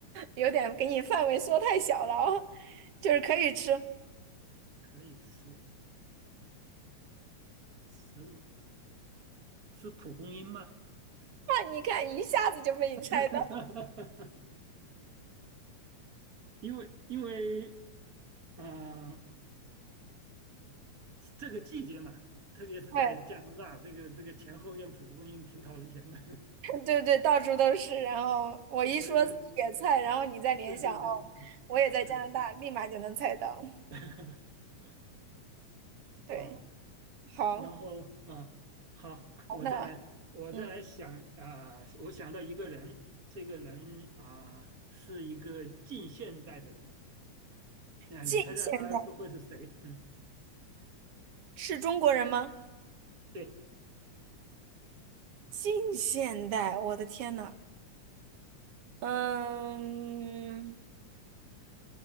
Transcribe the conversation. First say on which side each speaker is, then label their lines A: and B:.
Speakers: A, on the right; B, on the right.
A: 有点给你范围缩太小了哦，就是可以吃。哇，
B: 可以吃，植物是蒲公英吗？
A: 你看一下子就被你猜到，
B: <laughs> 因为因为，嗯、这个季节嘛，特别是在加拿大，
A: 哎，
B: 这个这个前后院蒲公英挺讨人嫌的，
A: <laughs> 对对，到处都是。然后我一说野菜，
B: <laughs> 所以
A: 然后你再联想，
B: 对对对
A: 哦，我也在加拿大，
B: 对，
A: 立马就能猜到。
B: <laughs>
A: 对，
B: 哦，
A: 好，
B: 然后啊，好，
A: 好，
B: 我再来，
A: 那
B: 我再来想啊，
A: 嗯，
B: 我想到一个人，这个人啊是一个近现代的人，那你猜猜他是会是谁？
A: 近现代
B: 嗯，
A: 是中国人吗？
B: 对，
A: 近现代，我的天呐，嗯，